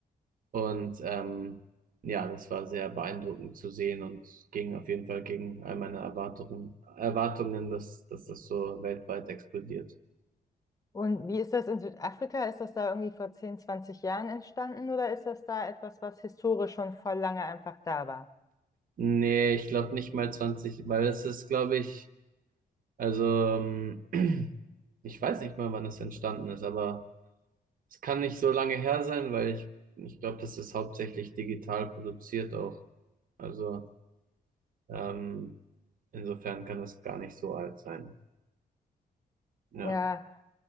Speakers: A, on the right; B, on the left.
A: Und ähm, ja, das war sehr beeindruckend zu sehen und ging auf jeden Fall gegen all meine Erwartungen, Erwartungen, dass, dass das so weltweit explodiert.
B: Und wie ist das in Südafrika? Ist das da irgendwie vor 10 20 Jahren entstanden oder ist das da etwas, was historisch schon voll lange einfach da war?
A: Nee, ich glaube nicht mal 20, weil es ist, glaube ich, also ähm, <clears throat> ich weiß nicht mal, wann es entstanden ist, aber Es kann nicht so lange her sein, weil ich, ich glaube, das ist hauptsächlich digital produziert auch. Also ähm, insofern kann das gar nicht so alt sein. Ja.
B: Ja,